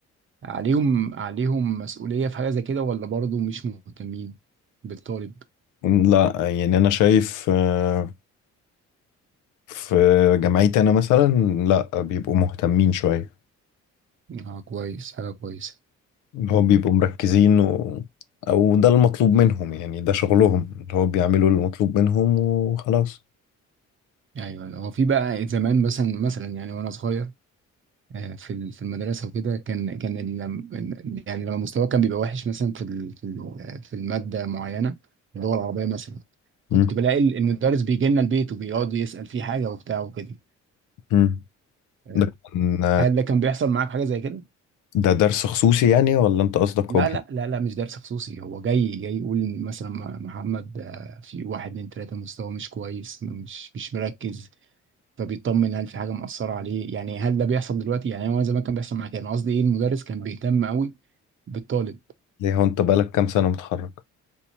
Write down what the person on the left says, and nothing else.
لا يعني أنا شايف آه، في جامعتي أنا مثلا لا بيبقوا مهتمين شوية
اللي هو بيبقوا مركزين و... أو ده المطلوب منهم يعني ده شغلهم اللي هو بيعملوا المطلوب منهم وخلاص
مم.
مم.
ده كان-
ده درس خصوصي يعني ولا أنت قصدك
هو بي-
ليه هو أنت بقالك كام سنة متخرج؟